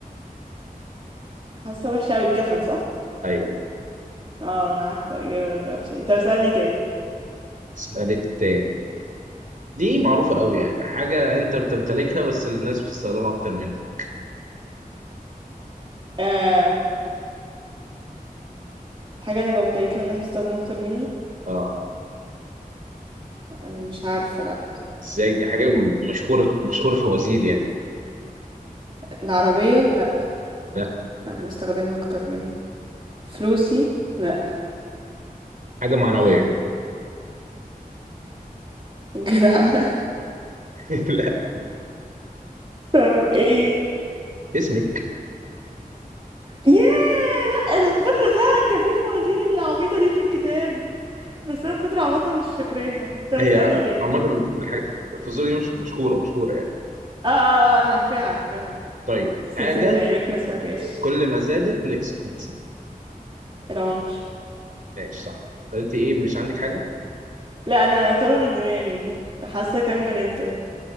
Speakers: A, on the right; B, on the right.
A: حاسة وحشة اوي الكفن صح؟
B: أيوه
A: اه انا عارفة الإجابة الوحشة دي طب اسألني تاني
B: أسألك تاني دي معروفة أوي يعني حاجة أنت بتمتلكها بس الناس بتستخدمها أكتر منك
A: آه حاجة أنا بمتلكها والناس بتستخدمها أكتر مني
B: أه
A: أم، مش عارفة لأ
B: إزاي دي حاجة مشهورة مشهورة في وزير يعني
A: العربية لأ
B: لا
A: أنا بستخدمها أكتر مني فلوسي لأ
B: حاجة معنوية
A: آه، جدعانة <laughs>
B: <laughs> لا
A: طب إيه
B: اسمك
A: ياه لأ أنا فاكرة فعلا كان في فوازير العبيطة دي في الكتاب بس أنا من كتر عبطها مش فاكراها طب اسألني
B: هي
A: تاني
B: عامة الحاجة الفاصوليا دي مش مشهورة مشهورة يعني
A: اه اه اه أنا عارفاها عارفاها
B: طيب
A: بس
B: حاجة
A: نسيتها يعني بقيت ما سمعتهاش
B: كل ما زادت نقصت
A: العمر
B: ماشي صح طب انت ايه مش عندك حاجة؟
A: لأ أنا طاروا من دماغي حاسة أكمل أنت